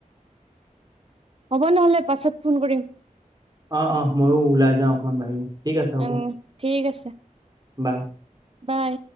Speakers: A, on the right (about 45°); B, on the right (about 30°).
A: হ'ব নহ'লে, পাছত ফোন কৰিম।
B: অ' অ', মইয়ো ওলাই যাওঁ অকণমান বাহিৰলৈ। ঠিক আছে হ'ব।
A: উম ঠিক আছে
B: বাই।
A: বাই।